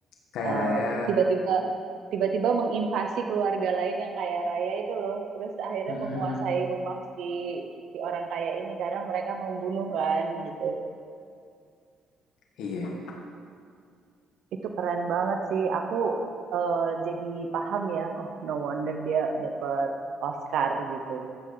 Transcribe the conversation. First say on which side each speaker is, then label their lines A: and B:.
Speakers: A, on the left; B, on the right.
A: Kaya
B: eh,
A: Raya,
B: tiba-tiba tiba-tiba menginvasi keluarga lain yang kaya raya itu loh. Terus akhirnya
A: mhm
B: menguasai
A: mhm,
B: rumah si si orang kaya ini karena mereka membunuh kan gitu.
A: iya,
B: Itu keren banget sih. Aku eh, jadi paham ya. Oh, no wonder dia dapat Oscar gitu